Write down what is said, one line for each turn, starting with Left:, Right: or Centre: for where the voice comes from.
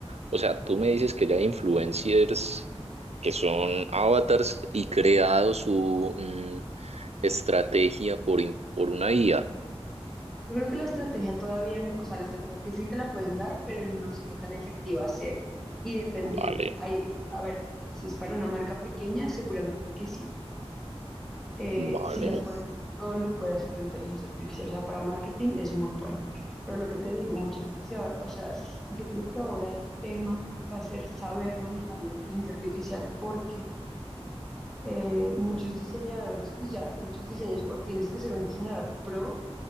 Right: o sea, tú me dices que ya hay influencers que son avatars y creado su mm, estrategia por, in- por una IA.
Centre: Yo creo que la estrategia todavía, no- o sea, la estrategia que sí te la pueden dar, pero no sé qué tan efectiva sea. Y dependiendo,
Right: Vale,
Centre: hay, a ver, si es para una marca pequeña, seguramente que sí. Eh,
Right: vale.
Centre: si las pueden hacer, todo lo puede hacer la inteligencia artificial. O sea, para marketing es muy bueno. Pero lo que te digo, mucha gente se va, o sea, s- yo creo que ahora el tema va a ser saber manejar la inteligencia artificial porque eh, muchos diseñadores, pues ya, muchos diseños, o tienes que ser un diseñador pro